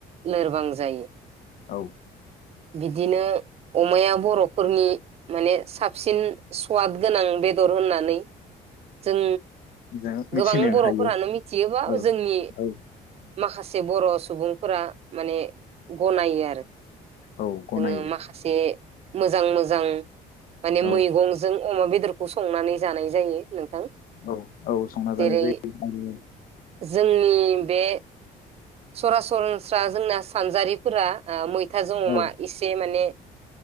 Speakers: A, on the right; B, on the left.
A: लोरबां जायो
B: औ
A: बिदिनो अमाया बर' फोरनि माने साबसिन सवाद गोनां बेदर होननानै जों
B: जों मिथिनो
A: गोबां बर'फोरानो
B: हायो
A: मिथियोबा
B: औ
A: जोंनि
B: औ
A: माखासे बर' सुबुंफोरा माने गनायो आरो
B: औ गनायो
A: जोङो माखासे मोजां मोजां माने मैगंजों
B: औ
A: अमा बेदरखौ संनानै जानाय जायो नोंथां।
B: औ औ संना
A: जेरै
B: जानाय जायो।
A: जोंनि बे सरासरनस्रा जोंना सानजारिफोरा ओ मैथाजों अमा
B: औ
A: एसे माने